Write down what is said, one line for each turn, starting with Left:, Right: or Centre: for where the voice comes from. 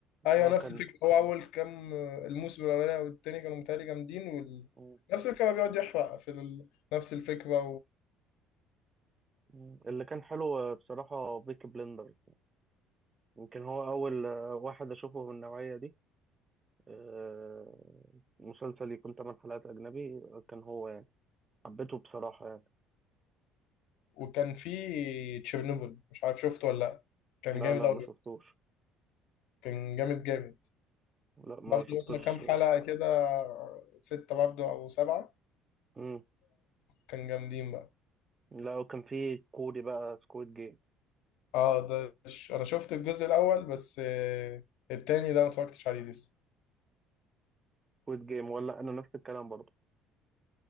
Left: ايوه
Right: هو كان
Left: نفس الفكرة هو اول كام الموسم الاولاني والتاني كانوا متهيألي جامدين وال...
Right: مم.
Left: نفس الفكرة بقى بيقعد يحرق في ال... نفس الفكرة
Right: مم. اللي كان حلو آه، بصراحة بيكي بلندرز يمكن هو أول آه، واحد أشوفه من النوعية دي آه، مسلسل يكون تمن حلقات أجنبي آه، كان هو يعني حبيته بصراحة يعني
Left: وكان في تشيرنوبل مش عارف شفته ولا لا كان
Right: لا
Left: جامد
Right: لا
Left: أوي
Right: ما شفتوش
Left: كان جامد جامد
Right: لا ما
Left: برضه
Right: شفتوش
Left: هما كام حلقة كده ستة برضه أو سبعة
Right: مم.
Left: كان جامدين بقى
Right: لا وكان في كوري بقى سكويد جيم
Left: اه ده ش... أنا شفت الجزء الأول بس آه، التاني ده ما اتفرجتش عليه لسه
Right: سكويد جيم ولا أنا نفس الكلام برضه